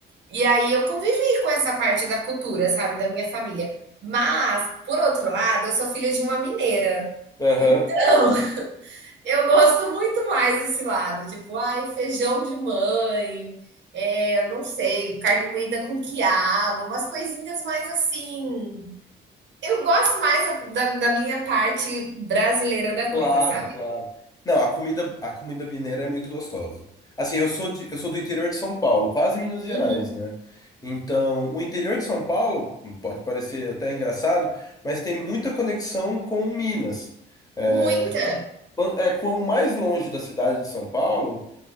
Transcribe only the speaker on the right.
E aí eu convivi com essa parte da cultura, sabe, da minha família. Mas, por outro lado, eu sou filha de uma mineira.
Então, <laughs> eu gosto muito mais desse lado, tipo, ai, feijão de mãe, é, eu não sei, carne moída com quiabo, umas coisinhas mais assim. Eu gosto mais da, da- minha parte brasileira da
coisa, sabe?
Uhum.
Muita